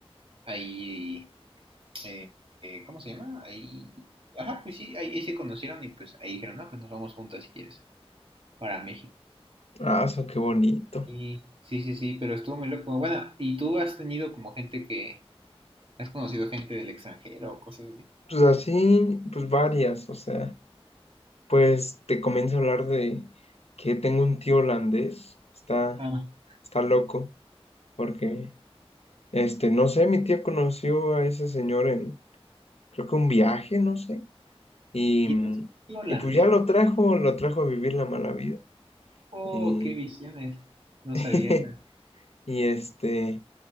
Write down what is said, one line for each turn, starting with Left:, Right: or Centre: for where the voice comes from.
Right: ahí, eh, eh, ¿cómo se llama? Ahí, ajá, pues sí, ahí, ahí se conocieron y pues ahí dijeron, no, pues nos vamos juntas si quieres, para México.
Left: ah, eso, qué bonito.
Right: Y sí, sí, sí, pero estuvo muy loco. Bueno, ¿y tú has tenido como gente que, has conocido gente del extranjero o cosas así?
Left: Pues así, pues varias, o sea, pues te comienzo a hablar de que tengo un tío holandés, está,
Right: Ah.
Left: está loco, porque... Este, no sé, mi tía conoció a ese señor en, creo que un viaje, no sé. Y,
Right: ¿Tienes
Left: mm,
Right: un tío holandés?
Left: y pues ya lo trajo, lo trajo a vivir la mala vida.
Right: Oh,
Left: Y,
Right: qué visiones. No
Left: <laughs>
Right: sabía esa.
Left: y este,